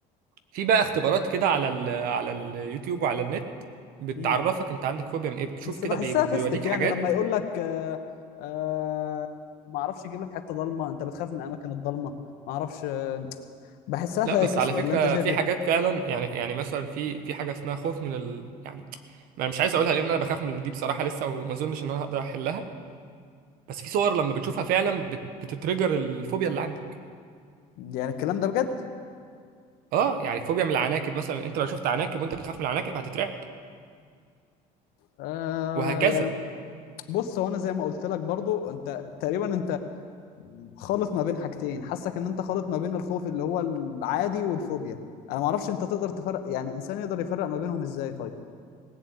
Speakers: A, on the right; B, on the left.
A: في بقى اختبارات كده على ال على اليوتيوب وعلى النت بتعرفك
B: امم
A: انت عندك فوبيا من ايه بتشوف
B: بس
A: كده
B: بحسها
A: بي- بيوريك
B: فيستك يعني
A: حاجات
B: لما يقول لك آه آه ما اعرفش يجيب لك حته ضلمه انت بتخاف من الاماكن الضلمه ما اعرفش آه بحسها
A: لا
B: فاكس
A: بس على
B: ولا
A: فكرة
B: انت شايف
A: في
B: ايه
A: حاجات فعلا يعني يعني مثلا في في حاجة اسمها خوف من ال يعني ما انا مش عايز اقولها لان انا بخاف من دي بصراحة لسه وما اظنش ان انا هقدر احلها بس في صور لما بتشوفها فعلا بت بتترجر الفوبيا اللي عندك
B: يعني الكلام ده بجد
A: اه يعني فوبيا من العناكب مثلا انت لو شفت عناكب وانت بتخاف من العناكب هتترعب
B: آه
A: وهكذا
B: يعني بص هو انا زي ما قلت لك برضو انت تقريبا انت خالط ما بين حاجتين حاسك ان انت خالط ما بين الخوف اللي هو العادي والفوبيا انا ما اعرفش انت تقدر تفرق يعني انسان يقدر يفرق ما بينهم ازاي طيب